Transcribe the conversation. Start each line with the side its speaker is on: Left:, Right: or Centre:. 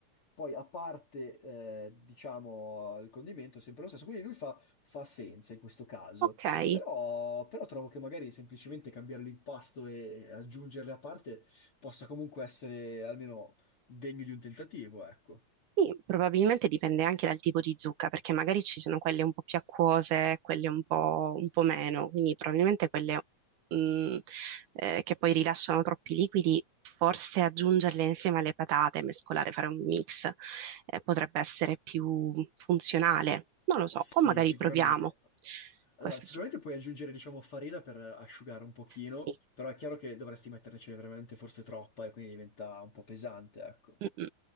Left: poi, a parte, eh, diciamo, il condimento, è sempre lo stesso. Quindi lui fa, fa senza in questo caso.
Right: ok.
Left: Però, però trovo che magari semplicemente cambiare l'impasto e aggiungerle a parte possa comunque essere almeno degno di un tentativo, ecco.
Right: Sì, probabilmente dipende anche dal tipo di zucca, perché magari ci sono quelle un po' più acquose, quelle un po', un po' meno, quindi probabilmente quelle mh, eh, che poi rilasciano troppi liquidi, forse aggiungerle insieme alle patate, mescolare, fare un mix, eh, potrebbe essere più funzionale, non lo so,
Left: Sì,
Right: o magari
Left: sicuramente.
Right: proviamo.
Left: Allora,
Right: Questo
Left: sicuramente
Right: sì.
Left: puoi aggiungere, diciamo, farina per asciugare un pochino,
Right: Sì.
Left: però è chiaro che dovresti metternecene veramente forse troppa e quindi diventa un po' pesante, ecco.
Right: Mm, mm,